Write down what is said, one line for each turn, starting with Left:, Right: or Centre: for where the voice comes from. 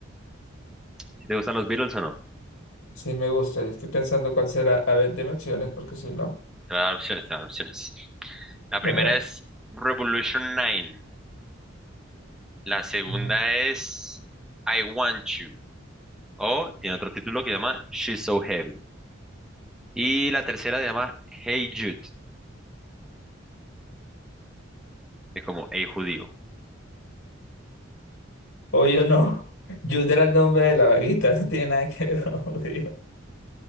Centre: ¿Si te gustan los Beatles o no?
Left: sí me gusta. Estoy pensando cuál será. A ver, deme opciones, porque si no,
Centre: Te voy a dar opciones, te voy a dar opciones. La
Left: bueno,
Centre: primera es Revolution 9. La segunda
Left: bueno.
Centre: es I Want You. O tiene otro título que llama She's So Heavy. Y la tercera se llama Hey Jude. es como Hey Judío.
Left: Obvio no. Jude era el nombre de la vaguita, <laughs> no tiene nada que ver con judío.